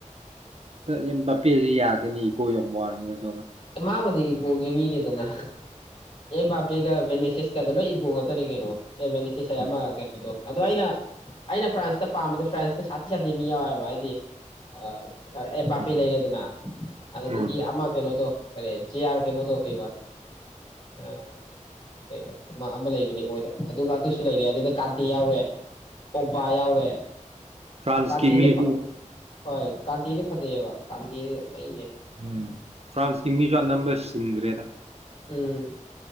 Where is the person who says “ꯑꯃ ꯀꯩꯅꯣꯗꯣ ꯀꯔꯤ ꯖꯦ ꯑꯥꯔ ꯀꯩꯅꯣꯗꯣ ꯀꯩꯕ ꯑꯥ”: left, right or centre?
Left